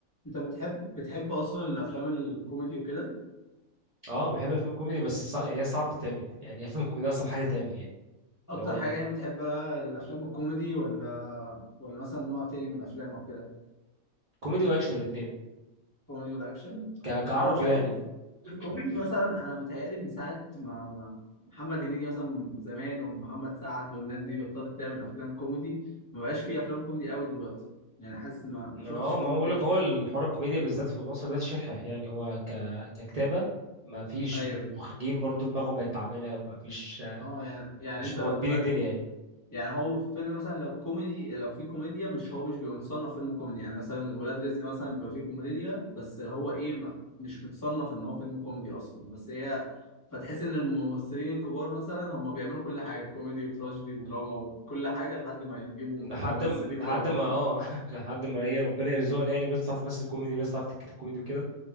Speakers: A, on the left; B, on the right.
A: انت بتحب بتحب اصلا الافلام الكوميدي وكده
B: اه بحب افلام الكوميدي بس صع... يعني هي صعب تتعمل يعني افلام الكوميدي اصعب حاجة تتعمل يعني
A: اكتر
B: اللي هو
A: حاجة يعني بتحبها الافلام الكوميدي ولا ولا مثلا نوع تاني من الافلام او كده
B: كوميدي واكشن الاتنين
A: كوميدي والاكشن
B: ك... كعربي
A: انا مش عارف
B: يعني <clears throat> <coughs>
A: كوميدي مثلا انا متهيألي من ساعه ما ما محمد هنيدي مثلا زمان ومحمد سعد والناس دي بطلت تعمل افلام كوميدي ما بقاش في افلام كوميدي قوي دلوقتي يعني حاسس ما ما
B: اه
A: شفتش فيلم
B: ما هو بقول
A: كوميدي
B: لك هو الحوار الكوميديا بالذات في مصر دلوقتي شحح يعني هو ك... ككتابة ما فيش
A: ايوه
B: والمخرجين برضو دماغهم بقت تعبانة وما فيش
A: اه يعني يعني
B: مش
A: انت
B: مواكبين
A: دلوقتي
B: الدنيا يعني
A: يعني هو فيلم مثلا لو كوميدي لو في كوميديا مش هو مش بيبقى متصنف فيلم كوميدي يعني مثلا ولاد رزق مثلا بيبقى فيه كوميديا بس هو ايه ما- مش متصنف ان هو فيلم كوميدي اصلا بس هي فتحس ان الممثلين الكبار مثلا هم بيعملوا كل حاجه كوميدي وتراجيدي ودراما وكل حاجه لحد ما يجيبوا
B: لحد
A: ممثلين
B: م... لحد
A: كوميدي
B: ما اه <laughs> لحد ما ايه ربنا يرزقنا يعني بناس تعرف تمثل كوميدي وناس تعرف تكتب كوميدي وكده